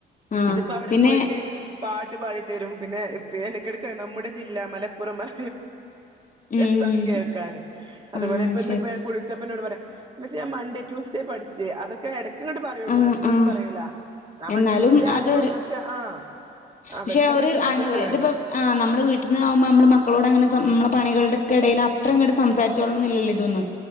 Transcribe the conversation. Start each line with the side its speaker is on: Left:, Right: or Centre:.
Left: ആഹ്
Right: ഇതിപ്പോ അവിടെ
Left: പിന്നെ
Right: പോയിട്ട് പാട്ട് പാടിത്തരും പിന്നെ ഇടക്കിടക്ക് നമ്മുടെ ജില്ലാ മലപ്പുറം മല
Left: ഉം
Right: സാൻ കേൾക്കാന് അതുപോലെ
Left: ആഹ്
Right: ഇപ്പന്ന്
Left: ശരി
Right: കുളിച്ചപ്പന്നോട് പറയാ ഉമ്മച്ചി ഞാൻ മണ്ടേട്യൂസ്ഡേ പഠി ച്ച് അതൊക്കെ ഇടക്കങ്ങട്ട് പറയുള്ളൂ
Left: ആഹ്
Right: എപ്പോഴൊന്നും
Left: ആഹ്
Right: പറയൂല ആ
Left: എന്നാലും
Right: മൺണ്ടേ ട്യൂസ്ഡേ
Left: അതൊരു
Right: അറിയുള്ളൂ പക്ഷെ ആഹ് അവർക്ക്
Left: പക്ഷെ
Right: അതൊക്കെ ഒരു സന്തോഷല്ലേ
Left: അനു ഇതിപ്പോ ആഹ് നമ്മൾ വീട്ടിന്ന് ആവുമ്പൾ നമ്മൾ മക്കളോട് അങ്ങനെ നമ്മള പണികളടെക്ക ഇടയി അത്രയുങ്ങോട്ട് സംസരിച്ചോളന്നില്ലല്ലോ ഇതൊന്നും